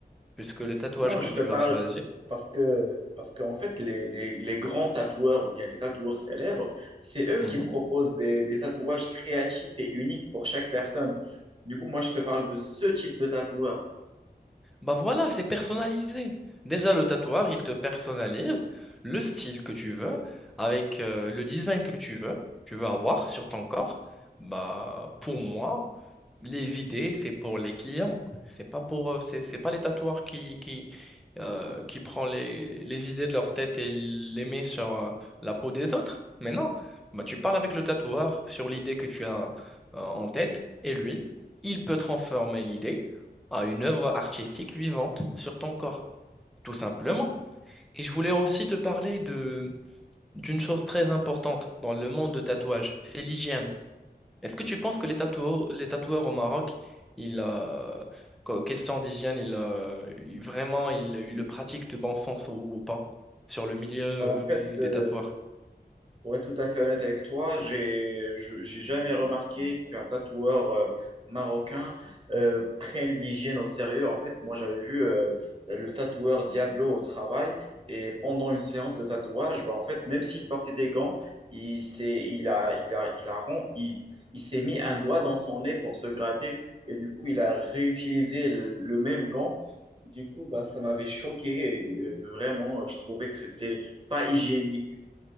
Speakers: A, in the centre; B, on the right.
A: puisque le tatouage
B: Non,
A: que
B: je
A: tu
B: te parle
A: vas choisir,
B: parce que, parce qu'en fait, les, les, les grands tatoueurs ou bien les tatoueurs célèbres, c'est eux
A: Mhm.
B: qui proposent des, des tatouages créatifs et uniques pour chaque personne. Du coup, moi, je te parle de ce type de tatoueur.
A: Bah voilà, c'est personnalisé. Déjà, le tatouage, il te personnalise le style que tu veux, avec euh, le design que tu veux, tu veux avoir sur ton corps. Bah, pour moi, les idées, c'est pour les clients. C'est pas pour, euh, c'est, c'est pas les tatoueurs qui, qui, euh, qui prend les, les idées de leur tête et les met sur euh, la peau des autres. Mais non, bah, tu parles avec le tatoueur sur l'idée que tu as euh, en tête et lui, il peut transformer l'idée à une œuvre artistique vivante sur ton corps, tout simplement. Et je voulais aussi te parler de d'une chose très importante dans le monde de tatouage, c'est l'hygiène. Est-ce que tu penses que les tatoueurs, les tatoueurs au Maroc, ils, euh, qu- question d'hygiène, ils, euh, ils- vraiment, ils, ils le pratiquent de bon sens ou, ou pas sur le milieu
B: En fait,
A: euh, des,
B: euh,
A: des tatoueurs?
B: Pour être tout à fait honnête avec toi, j'ai je- j'ai jamais remarqué qu'un tatoueur euh, marocain euh, prenne l'hygiène au sérieux. En fait, moi, j'avais vu euh, le tatoueur Diablo au travail et pendant une séance de tatouage, bah, en fait, même s'il portait des gants, il s'est il a il a il a ron- il, il s'est mis un doigt dans son nez pour se gratter et du coup, il a réutilisé le le même gant. Du coup, bah, ça m'avait choqué et euh, vraiment, je trouvais que c'était pas hygiénique.